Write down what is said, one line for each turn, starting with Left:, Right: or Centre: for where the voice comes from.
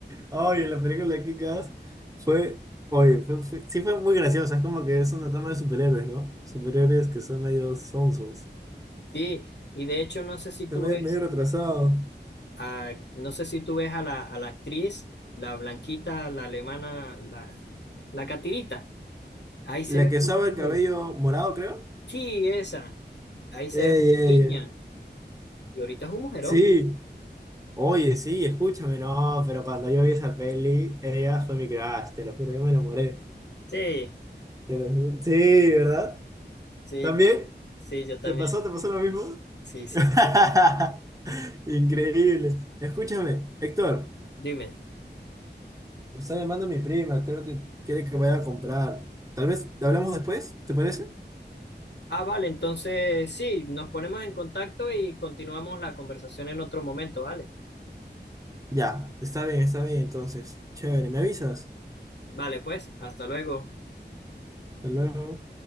Right: Oye, la película de Kick-Ass fue, oye, fue- fue- sí fue muy graciosa. Es como que es una trama de superhéroes, ¿no? Superhéroes que son medio sonsos.
Left: Sí, y de hecho no sé si
Right: Está
Left: tú
Right: me-
Left: ves
Right: medio retrasado.
Left: Ah, no sé si tú ves a la, a la actriz, la blanquita, la alemana, la, la catirita. Ahí se
Right: La
Left: ve
Right: que
Left: muy
Right: usaba
Left: joven.
Right: el cabello morado, creo.
Left: Sí, esa. Ahí se
Right: Ey,
Left: ve muy
Right: ey,
Left: niña.
Right: ey.
Left: Y ahorita es un mujerón.
Right: Sí. Oye, sí, escúchame, no, pero cuando yo vi esa peli, ella fue mi crush, te lo juro, yo me enamoré.
Left: Sí,
Right: Te lo ju- Sí, ¿verdad?
Left: sí,
Right: ¿También?
Left: sí, yo también.
Right: ¿Te pasó, te pasó lo mismo?
Left: Sí, sí.
Right: <laughs> Increíble. Escúchame, Héctor,
Left: Dime.
Right: me está llamando mi prima, creo que quiere que vaya a comprar. Tal vez hablamos después, ¿te parece?
Left: Ah, vale, entonces sí, nos ponemos en contacto y continuamos la conversación en otro momento, ¿vale?
Right: Ya, está bien, está bien, entonces, chévere, ¿me avisas?
Left: Vale, pues, hasta luego.
Right: Hasta luego.